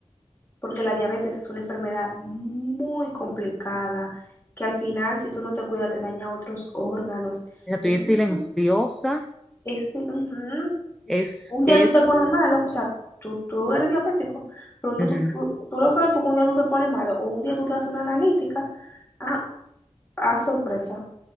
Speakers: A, on the left; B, in the centre.
A: porque la diabetes es una enfermedad muy complicada, que al final si tú no te cuidas te daña otros órganos.
B: sea, tú
A: Entonces,
B: y es silenciosa,
A: es, ujú,
B: es,
A: Un día
B: es,
A: tú te pones malo, o sea, tú, tú eres diabético, pero un día
B: ujú.
A: tú, tú, tú lo sabes porque un día tú te pones malo o un día tú te haces una analítica. Ah, ah, sorpresa.